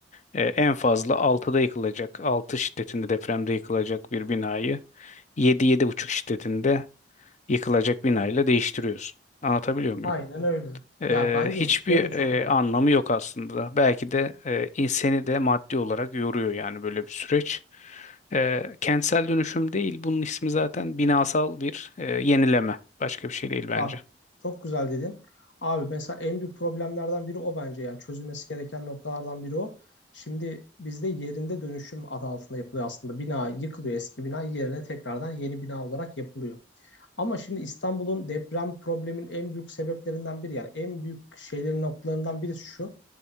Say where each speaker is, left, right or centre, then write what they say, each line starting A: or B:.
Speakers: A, on the left; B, on the left.
A: E, en fazla altıda yıkılacak, 6 şiddetinde depremde yıkılacak bir binayı yedi yedi buçuk şiddetinde yıkılacak binayla değiştiriyorsun. Anlatabiliyor muyum?
B: Aynen öyle.
A: Eee,
B: Ya bence
A: hiçbir
B: şey de çok
A: eee, anlamı yok aslında. Belki de eee, inseni de maddi olarak yoruyor yani böyle bir süreç. Eee, kentsel dönüşüm değil, bunun ismi zaten binasal bir eee, yenileme. Başka bir şey değil bence.
B: Bak çok güzel dedin. Abi mesela en büyük problemlerden biri o bence yani çözülmesi gereken noktalardan biri o. Şimdi bizde yerinde dönüşüm adı altında yapılıyor aslında. Bina yıkılıyor eski bina yerine tekrardan yeni bina olarak yapılıyor. Ama şimdi İstanbul'un deprem probleminin en büyük sebeplerinden biri yani en büyük şeylerin noktalarından birisi şu